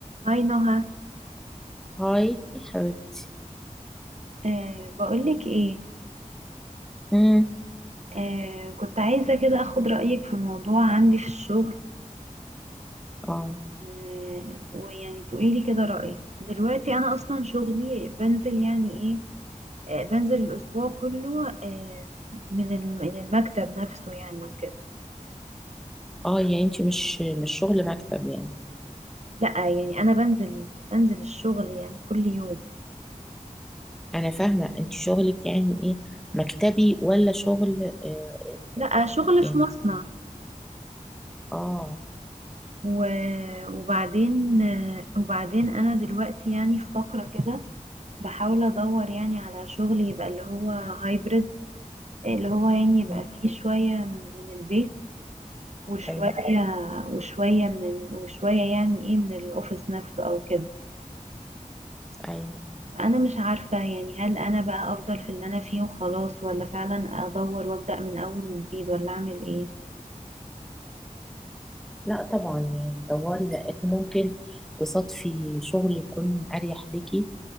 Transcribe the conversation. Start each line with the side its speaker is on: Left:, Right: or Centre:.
Right: هاي نهى
Centre: هاي حبيبتي
Right: أه بقولك ايه
Centre: امم
Right: أه كنت عايزة كده اخد رأيك في موضوع عندي في الشغل
Centre: اه
Right: أه ويعني تقوليلي كده رأيك دلوقتي انا اصلا شغلي بنزل يعني ايه أه بنزل الاسبوع كله أه من الم- من المكتب نفسه يعني وكده
Centre: اه يعني انت مش مش شغل مكتب يعني
Right: لا يعني انا بنزل بنزل الشغل يعني كل يوم
Centre: انا فاهمه انت شغلك يعني ايه مكتبي ولا شغل آه
Right: لا
Centre: آه،
Right: شغل
Centre: يعني
Right: في مصنع
Centre: اه
Right: و- وبعدين آه، وبعدين انا دلوقتي يعني في فقرة كده بحاول ادور يعني على شغل يبقى اللي هو هايبرد اللي هو يعني يبقى
Centre: مم.
Right: فيه شوية من البيت وشوية
Centre: اي
Right: وشوية من وشوية يعني ايه من الاوفيس نفسه او كده
Centre: اي
Right: فانا مش عارفة يعني هل انا بقى افضل في اللي انا فيه وخلاص ولا فعلا ادور وابدأ من اول وجديد ولا اعمل ايه
Centre: لا طبعا يعني دوري لان ممكن تصادفي شغل يكون اريح ليكي